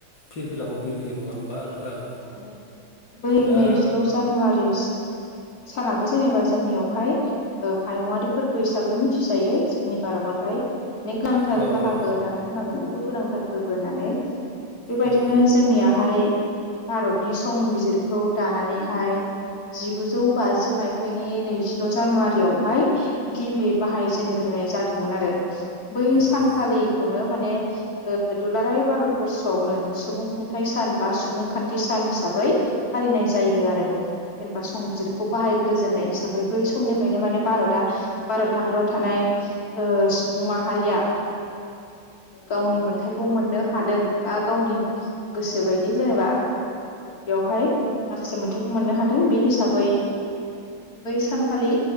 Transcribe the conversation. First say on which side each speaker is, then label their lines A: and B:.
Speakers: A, on the left (about 75°); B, on the left (about 50°).
A: फिरफिलाखौ बिर होयो नङा होमबा। नोंथां
B: माने बै
A: दा
B: नैजिद' जानुवारि सानाबो जेनेबा जोंनियावहाय ओ हायुयारि फोरबो हिसाबै मिथिजायो जोंनि भारतआवहाय। माने गोनांथार
A: औ
B: बाहागो
A: औ
B: होननानै बुंनांगोन बेखौ। फोनांथार फोरबो होननानै। बेबायदिनो
A: उम
B: जोंनिया हाय भारतनि संबिजिरखौ दानानैहाय जिगुजौ बाजि मायथाइनि नैजिद' जानुवारियावहाय गिबि बाहायजेनग्रोनाय जादोंमोन आरो। बै
A: औ
B: सानखालिखौनो माने बे ओ दुलाराय भारत बरर्सआवनो सुबुं खुंथाय सान बा सुबुं खान्थि सान हिसाबै फालिनाय जायो आरो जेनेबा संबिजिरखौ बाहायग्रोजेननाय हिसाबै बै समनिफ्रायनो माने भारता भारत हाद दराव थानाय सुबुं माहारिया गावनि मोनथथायखौ मोननो हादों बा गावनि गोसो बायदि जेनेबा औ बेवहाय माखासे मोनथायखौ मोननो हादों बे हिसाबै बै सानखालि